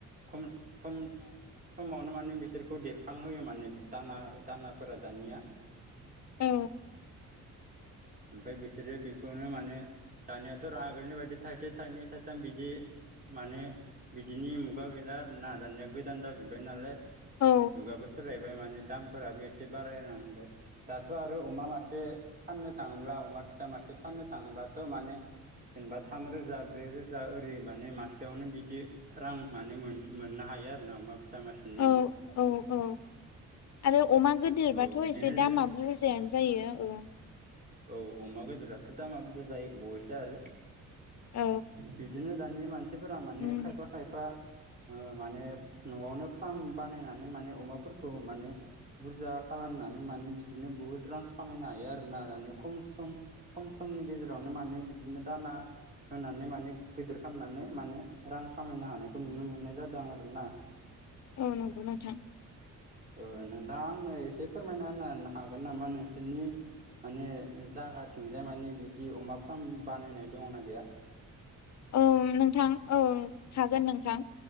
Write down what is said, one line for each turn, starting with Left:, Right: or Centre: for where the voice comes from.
Right: खम खम समावनो माने बिसोरखौ देरखांहोयो माने दाना दानाफोरा दानिया
Left: औ
Right: ओमफाय बिसोरो बेखौनो माने दानियाथ' रागोलनि बायदि थाइसे थाइनै थाइथाम बिदि माने बिदिनि मुगा गैला ना दानिया गोदान जाजोबबाय नालाय
Left: औ
Right: जुगाबो सोलाय। बाय माने दामफोराबो एसे बारालांबाय दाथ' आरो अमा मासे फाननो थाङोब्ला अमा फिसा मासे फाननो थाङोब्लाथ' माने जेनबा थाम रोजा ब्रै रोजा ओरै माने मासेयावनो बिदि रां माने मोन मोननो हायो आरो ना अमा फिसा मासेनियाव।
Left: औ औ औ आरो अमा गोदिरबाथ'
Right: औ बिदिनो
Left: एसे दामा
Right: जों
Left: बुरजायानो जायो औ।
Right: औ अमा बेदराथ' दामा बुरजा जायो बयसो आरो।
Left: औ
Right: बिदिनो दानि मानसिफोरा माने
Left: उम
Right: खायफा खायफा ओ माने नआवनो फार्म बानायनानै माने अमाफोर खौ माने बुरजा खालामनानै माने बिदिनो बुहुत रां खामायनो हायो आरोना माने। खम सम खम समनि गेजेरावनो माने बिदिनो दाना होनानै माने गोदिर खालामनानै माने रां खामायनो हानायखौ नुनो मोननाय जादों आं आरो ना।
Left: औ नोंगौ नोंथां।
Right: ओ नोंथाङा आंनो एसे फोरमायना होनोन हागोन नामा नोंसोरनि माने जा जागाथिंजाय माने बिदि अमा फाराम बानायनाय दंना गैया?
Left: औ नोंथां ओं हागोन नोंथां